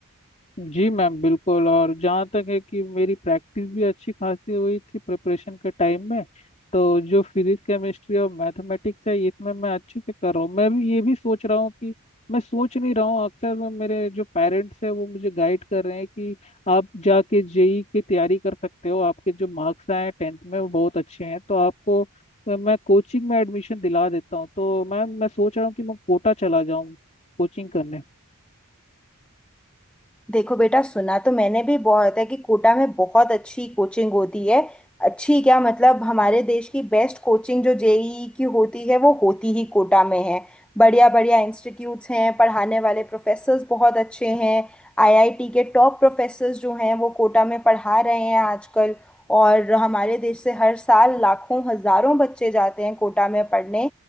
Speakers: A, on the left; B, in the centre.
A: जी मैम बिल्कुल और जहाँ तक है कि मेरी प्रैक्टिस भी अच्छी खासी हुई थी प्रिपरेशन के टाइम में तो जो फिजिक्स केमिस्ट्री और मैथमेटिक्स है इसमें मैं अच्छे से कर रहा हूँ मैं भी ये भी सोच रहा हूँ कि मैं सोच नहीं रहा हूँ अक्सर मैं मेरे जो पेरेंट्स हैं वो मुझे गाइड कर रहे हैं कि आप जाके जेई की तैयारी कर सकते हो आपके जो मार्क्स आए हैं टेंथ में वो बहुत अच्छे हैं तो आपको अ, मैं कोचिंग में एडमिशन दिला देता हूँ तो मैम मैं सोच रहा हूँ कि मैं कोटा चला जाऊँ कोचिंग करने
B: देखो बेटा सुना तो मैंने भी बहुत है कि कोटा में बहुत अच्छी कोचिंग होती है अच्छी क्या मतलब हमारे देश की बेस्ट कोचिंग जो जेईई की होती है वो होती ही कोटा में है बढ़िया बढ़िया इंस्टीट्यूट्स हैं पढ़ाने वाले प्रोफेसर्स बहुत अच्छे हैं आईआईटी के टॉप प्रोफेसर्स जो हैं वो कोटा में पढ़ा रहे हैं आजकल और हमारे देश से हर साल लाखों हजारों बच्चे जाते हैं कोटा में पढ़ने